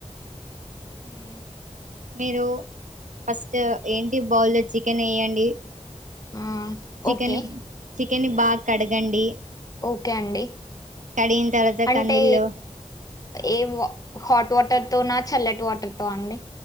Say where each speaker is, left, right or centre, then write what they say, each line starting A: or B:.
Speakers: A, on the left; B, on the right.
A: హా
B: మీరు ఫస్ట్ ఏంటి బౌల్లో చికెన్ ఏయండి.
A: ఆ
B: చికెన్
A: ఓకే
B: చికెన్ని బాగ్ కడగండి
A: ఓకే అండి
B: కడిగిన తర్వాత
A: అంటే
B: కందుల్లో
A: ఏ వ హాట్ వాట్ వాటర్ తో నా చల్లటి వాటర్ తో అండి